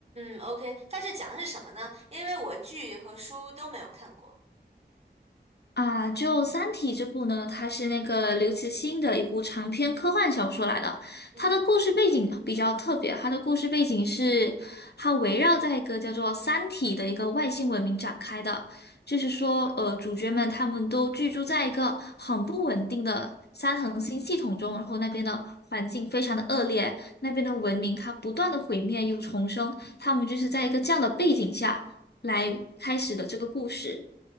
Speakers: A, on the right; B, on the left.
A: 嗯，OK，它是讲的是什么呢？因为我剧和书都没有看过。
B: 啊，就《三体》这部呢，它是那个刘慈欣的一部长篇科幻小说来的。它的故事背景比较特别，
A: 嗯哼，
B: 它的故事背景是它围绕在一个叫做“三体”的一个外星文明展开的。就是说，呃，主角们他们都居住在一个很不稳定的三恒星系统中，然后那边的环境非常的恶劣，那边的文明它不断的毁灭又重生，他们就是在一个这样的背景下来开始的这个故事。